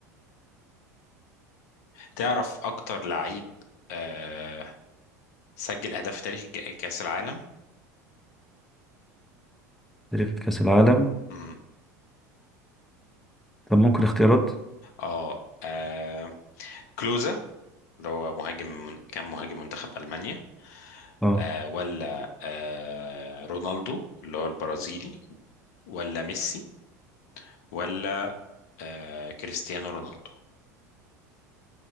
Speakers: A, on the left (about 70°); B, in the centre.
A: تعرف اكتر لعيب آه سجل اهداف في تاريخ الج- كاس العالم
B: تاريخ كأس العالم
A: امم
B: طب ممكن اختيارات
A: اه آه، كلوزا اللي هو مهاجم كان مهاجم منتخب المانيا
B: اه
A: آه ولا آه رونالدو اللي هو البرازيلي ولا ميسي ولا آه كريستيانو رونالدو